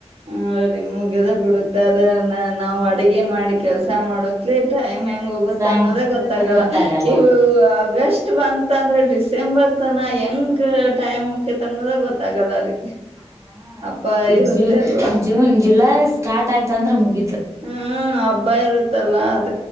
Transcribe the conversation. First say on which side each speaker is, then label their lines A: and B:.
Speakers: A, on the right; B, on the right.
A: ಹ ರೀ ಮುಗೇದ ಬಿಡುತ್ತದನನ್. ನಾವ್ ಅಡಗೆ ಮಾಡಿ ಕೆಲ್ಸಾ ಮಾಡೋತ್ಲೆ ಟೈಮ್ ಹೆಂಗ್. ಮುಗೂತ್ತ
B: ಸಾಯಂ
A: ಅನ್ನೋದೇ ಗೊತ್ತಾಗಲ್ಲಾ
B: ಗೊತ್ತಾಗಲ್ಲ
A: ಇವುವ ಅಗಷ್. ಚ್ಚು ಬಂನ ತಂದ್ರ ಡಿಸೆಂಬರ್ ತನಾ ಯಂಗ್ ಟೈಮ್ ಹೊಕೈತ ಅನ್ನೊದ ಗೊತ್ತಾಆಗಲ್ಲಾ ರೀ.
B: ಹಾ
A: ಹಬ್ಬ
B: ಈ ಈಜ್ಜು
A: ಇರುತ್ತೆ ಅಲ್ವಾ
B: ಜೂನ್ ಜುಲೈಸ್. ಸ್ಟಾಟ್ ಆಯ್ತ ಅಂದ್ರ ಮುಗಿತ್.
A: ಹ್ಮ ಹಬ್ಬಾ ಇರುತ್ತಲ್ಲಾ ಅದ್.